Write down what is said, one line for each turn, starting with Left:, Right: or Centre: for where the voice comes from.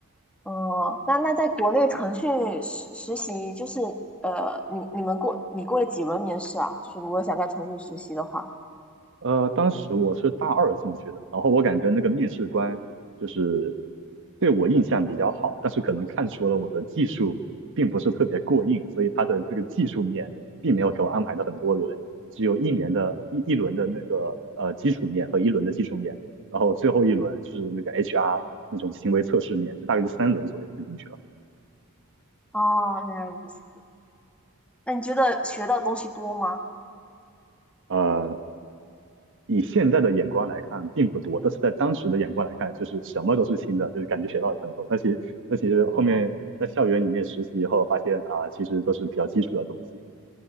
Centre: 哦、那那在国内腾讯实实习就是呃，你你们过你过了几轮面试啊？就是如果想在腾讯实习的话，
Right: 呃，当时我是大二进去的，然后我感觉那个面试官就是对我印象比较好，但是可能看出了我的技术并不是特别过硬，所以他的那个技术面并没有给我安排的很多轮，只有一年的一一轮的那个呃基础面和一轮的技术面，然后最后一轮就是那个 HR 那种行为测试面，就大概是三轮左右就进去了。
Centre: 哦，原来如此。那你觉得学到的东西多吗？
Right: 呃，以现在的眼光来看并不多，但是在当时的眼光来看，就是什么都是新的，就是感觉学到了很多。但其实，但其实后面在校园里面实习以后，
Centre: 嗯，
Right: 发现啊，其实都是比较基础的东西。